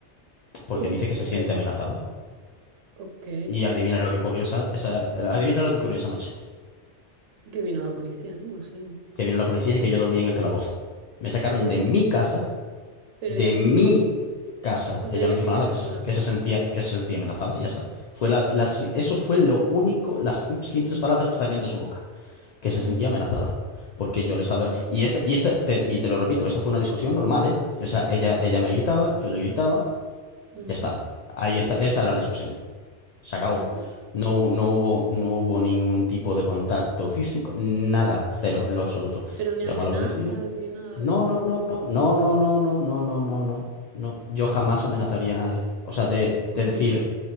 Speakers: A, on the left; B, on the right.
A: porque
B: Uh,
A: dice que
B: ok,
A: se siente amenazada.
B: ok.
A: Y adivina lo que ocurrió esa, esa- adivina lo que ocurrió esa noche.
B: Que vino la policía, ¿no? Imagino.
A: Que vino la policía y que yo dormí en el calabozo. Me sacaron
B: Ujú,
A: de mi casa
B: Pero
A: de
B: ya
A: mi
B: que dijo.
A: casa.
B: O
A: Ella
B: sea, ya
A: no dijo
B: que le
A: nada,
B: contó
A: que se,
B: a la
A: que
B: poli.
A: se sentía, que se sentía amenazada, y ya está. Fue las, las- eso fue lo único, las simples palabras que salieron de su boca, que se
B: Ujú,
A: sentía amenazada. Porque yo le
B: ujú,
A: estaba. Y este, y este, te- y te lo repito, esto fue una discusión normal, ¿eh? O sea, ella, ella me gritaba, yo le gritaba,
B: ujú,
A: ya está. Ahí está, esa era la discusión. Se acabó.
B: ujú.
A: No, hu- no hubo, no hubo ningún tipo de contacto físico, nada, cero, en lo absoluto.
B: Pero ni
A: Llamó
B: amenazas
A: a la policía.
B: ni nada
A: No,
B: de ese
A: no,
B: rollo.
A: no, no, no, no, no, no, no, no, no, no, no. Yo jamás amenazaría a nadie. O sea, de, de
B: Ujú,
A: decir,